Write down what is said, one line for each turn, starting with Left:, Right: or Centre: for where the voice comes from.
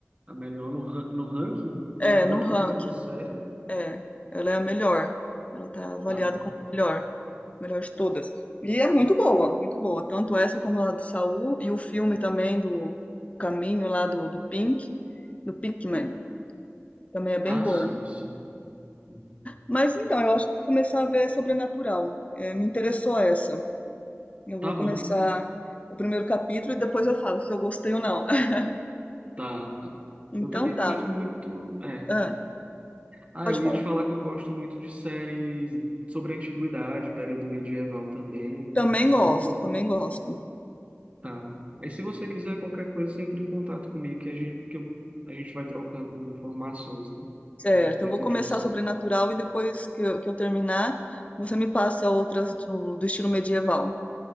Right: a melhor no, ran- no ranking. Tem
Left: É,
Right: um ranking,
Left: no ranking.
Right: né, de série.
Left: É. Ela é a melhor. Ela tá avaliada
Right: Ah,
Left: como a melhor. Melhor de todas. E é muito boa, muito boa. Tanto essa como a do Saul e o filme também do Caminho lá do, do Pink, do Pinkman. Também é bem
Right: ah,
Left: bom.
Right: sim, sim. Uhum.
Left: Mas então, eu acho que eu vou começar a ver Sobrenatural. É, me interessou essa. Eu vou
Right: Tá
Left: começar
Right: bom,
Left: o primeiro capítulo e depois eu falo se eu gostei ou não. <laughs>
Right: tá, tá.
Left: Então
Right: Eu também
Left: tá.
Right: gosto muito. É.
Left: Ah,
Right: Ah,
Left: pode
Right: eu
Left: falar.
Right: ia te falar que eu gosto muito de séries sobre a antiguidade, período medieval também,
Left: Também gosto,
Right: Roma,
Left: também gosto.
Right: tá. Aí se você quiser qualquer coisa, você entra em contato comigo que a gente, que eu, a gente vai trocando informações, né,
Left: Certo,
Right: a respeito
Left: eu vou começar
Right: disso.
Left: Sobrenatural e depois que eu, que eu terminar, você me passa outras do do estilo medieval.